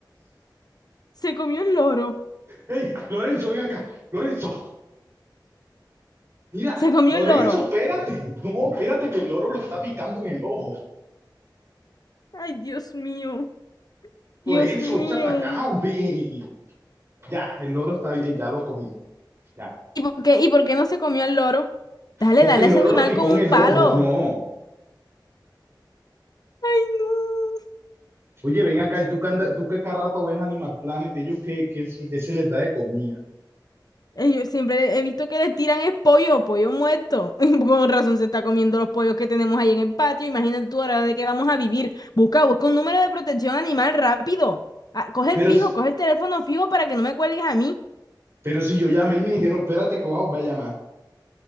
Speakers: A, on the left; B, on the right.
A: Se comió el loro,
B: Ey, Lorenzo, ven acá. Lorenzo, mira,
A: se comió
B: Lorenzo,
A: el loro.
B: espérate. No, espérate que el loro lo está picando en el ojo.
A: Ay, Dios mío, Dios
B: Lorenzo,
A: mío.
B: echa pa' acá, hombre. Ya, el loro está bien, ya lo cogí. Ya.
A: ¿Y por qué, y por qué no se comió el loro? Dale,
B: Porque
A: dale
B: el
A: a
B: loro
A: ese animal
B: lo picó
A: con
B: en
A: un
B: el
A: palo.
B: ojo, no.
A: Ay, no.
B: Oye, ven acá, y tú que, anda- tú que cada rato ves Animal Planet, ellos que, que se les da de comida.
A: Eh, Yo siempre he visto que le tiran el pollo, pollo muerto. <laughs> Con razón se está comiendo los pollos que tenemos ahí en el patio. Imagínate tú ahora de qué vamos a vivir. Busca, busca un número de protección animal rápido. Ah, coge
B: Pero,
A: el fijo, coge el teléfono fijo para que no me cuelgues a mí.
B: pero si yo llamé y me dijeron, espérate que voy a volver a llamar.